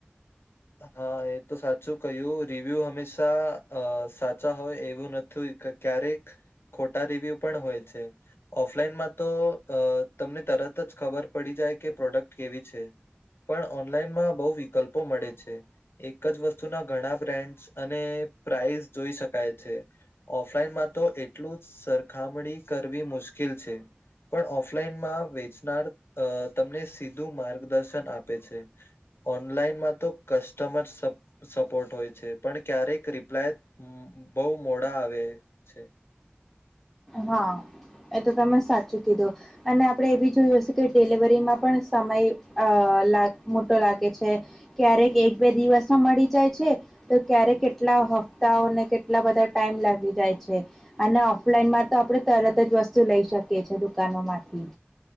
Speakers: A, on the left (about 70°); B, in the centre.
A: હા એ તો સાચું કયું રિવ્યુ હંમેશા અ સાચા હોય એવું નથીું ક્યારેક ખોટા રિવ્યુ પણ હોય છે ઓફલાઈનમાં તો અ તમને તરત જ ખબર પડી જાય કે પ્રોડક્ટ કેવી છે પણ ઓનલાઈનમાં બહ વિકલ્પો મળે છે એક જ વસ્તુના ઘણા બ્રાન્ડસ અને પ્રાઇસ જોઈ શકાય છે ઓફલાઈનમાં તો તો એટલું સરખામણી કરવી મુશ્કેલ છે પણ ઓફલાઈનમાં વેચનાર અ તમને સીધું માર્ગદર્શન આપે છે ઓનલાઈન માં તો કસ્ટમર સપોર્ટ સ્પોર્ટ હોય છે. પણ ક્યારેક રિપ્લાય બહુ મોડા આવે છે
B: હા એ તો તમે સાચું કીધો અને આપણે એવી જોયું હશે કે ડિલિવરીમાં પણ સમય અ ટો લાગે છે ક્યારેક એક બે દિવસમાં મળી જાય છે તો ક્યારેકટલા હ્ફતાઓને કેટલા બધા ટાઈમ લાગી જાય છે અને ઓફલાન માં તો આપણે તરત જ વસ્તુ લઈ શકીએ છીએ દુકાનો માંથી